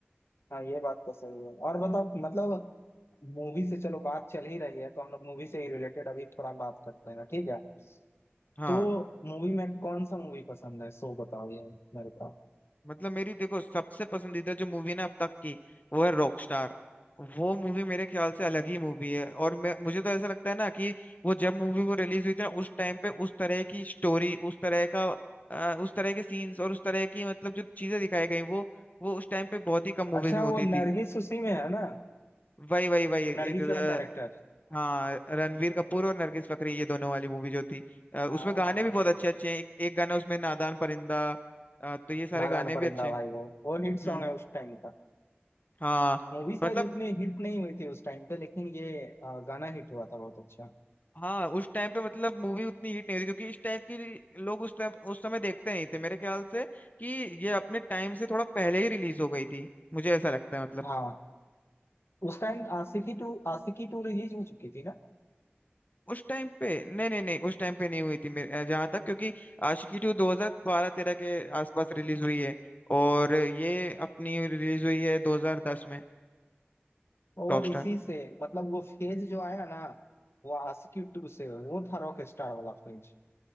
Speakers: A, on the left; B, on the left.
A: हाँ ये बात तो सही है और बताओ मतलब मूवी से चलो बात चल ही रही है तो हम लोग मूवी से ही रिलेटेड अभी थोड़ा बात करते हैं ठीक है
B: हाँ
A: तो मूवी में कौन सा मूवी पसंद है सो बताओ यार मेरे को
B: मतलब मेरी देखो सबसे पसंदीदा जो मूवी ना अब तक की वो है रॉकस्टार वो मूवी मेरे ख्याल से अलग ही मूवी है और मैं मुझे तो ऐसा लगता है ना कि वो जब मूवी वो रिलीज हुई थी ना उस टाइम पे उस तरह की स्टोरी उस तरह का अ, उस तरह के सीन्स और उस तरह की मतलब जो चीजें दिखाई गई वो वो उस टाइम पे बहुत ही कम मूवीज
A: अच्छा
B: में होती
A: वो नरगिस
B: थी
A: उसी में है ना
B: वही वही वही एक,
A: नरगिस
B: अ,
A: का कैरेक्टर
B: हाँ रणवीर कपूर और नरगिस फकरी ये दोनों वाली मूवी जो थी अ,
A: हाँ
B: उसमें गाने भी बहुत अच्छे अच्छे हैं एक, एक गाना उसमें नादान परिंदा अ, तो ये सारे
A: नादान
B: गाने
A: परिंदा
B: भी अच्छे हैं
A: भाई वो वो हिट
B: हम्म
A: सॉन्ग है उस टाइम का
B: हाँ
A: मूवी शायद
B: मतलब
A: उतनी हिट नहीं हुई थी उस टाइम पे लेकिन ये अ, गाना हिट हुआ था बहुत अच्छा
B: हाँ उस टाइम पे मतलब मूवी उतनी हिट नहीं हुई थी, क्योंकि इस टाइप की लोग उस टाइम उस समय देखते नहीं थे मेरे ख्याल से कि ये अपने टाइम से थोड़ा पहले ही रिलीज हो गई थी मुझे ऐसा लगता है मतलब
A: हाँ उस टाइम आशिकी टू आशिकी टू रिलीज हो चुकी थी ना
B: उस टाइम पे नहीं नहीं नहीं उस टाइम पे नहीं हुई थी मेरे जहाँ तक क्योंकि आशिकी टू 2012-13 के आसपास रिलीज हुई है और ये अपनी रिलीज हुई है 2010 में
A: और
B: रॉकस्टार
A: इसी से मतलब वो फेज जो आया ना वो आशिकी टू से वो था रॉक स्टार वाला फेज